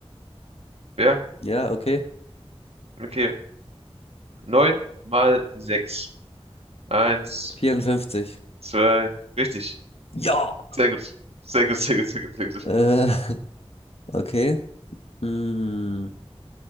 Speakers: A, on the right; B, on the left.
A: ja,
B: Ja, okay.
A: okay. Neun mal sechs. Eins,
B: 54.
A: zwei, richtig.
B: Ja.
A: Sehr gut. Sehr gut, sehr gut, sehr gut, sehr gut.
B: Äh, <laughs> okay. Hm.